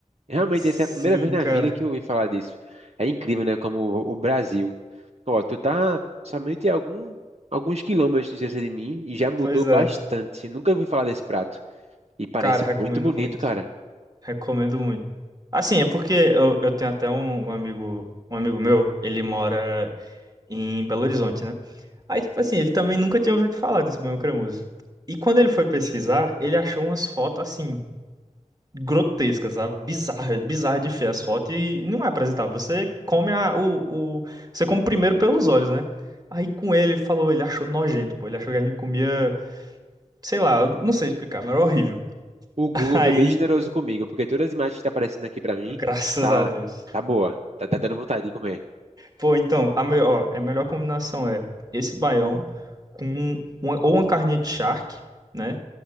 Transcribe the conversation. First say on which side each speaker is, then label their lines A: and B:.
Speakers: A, on the right; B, on the right.
A: Realmente,
B: sim,
A: essa é a primeira vez na
B: cara.
A: vida que eu ouvi falar disso. É incrível, né? Como o, o Brasil. Ó, tu tá somente algum, alguns quilômetros de distância de mim e já mudou
B: Pois é.
A: bastante. Nunca ouvi falar desse prato. E parece
B: Cara, recomendo
A: muito bonito,
B: muito.
A: cara.
B: Recomendo muito. Assim, é porque eu, eu tenho até um, um amigo, um amigo meu, ele mora em Belo Horizonte, né? Aí, tipo assim, ele também nunca tinha ouvido falar desse banho cremoso. E quando ele foi pesquisar, ele achou umas fotos assim, grotescas, sabe? Bizarra, bizarra de feia as fotos e não é apresentável. Você come a, o, o- você come primeiro pelos olhos, né? Aí com ele, ele falou, ele achou nojento, pô. Ele achou que a gente comia, sei lá, eu não sei explicar, mas era horrível.
A: O Google
B: <laughs> Aí,
A: foi bem generoso comigo, porque todas as imagens que tá aparecendo aqui pra mim,
B: graças
A: tá,
B: a Deus.
A: tá boa. Tá, tá dando vontade de comer.
B: Pô, então, a, melhor ó, é a melhor combinação é esse baião com uma- ou uma carninha de charque, né?